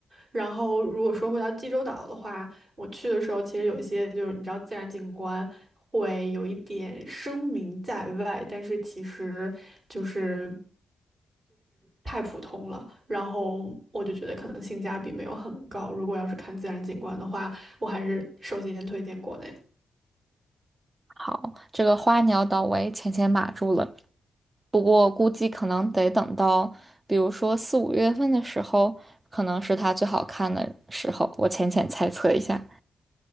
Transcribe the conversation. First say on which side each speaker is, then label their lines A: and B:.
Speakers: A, on the right; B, on the right.
A: 然后如果说回到济州岛的话，我去的时候其实有一些就是你知道自然景观会有一点声名在外，但是其实就是。太普通了，然后我就觉得可能性价比没有很高。如果要是看自然景观的话，我还是首先推荐国内。
B: 好，这个花鸟岛我也浅浅码住了。不过估计可能得等到，比如说四五月份的时候，可能是它最好看的时候。我浅浅猜测一下，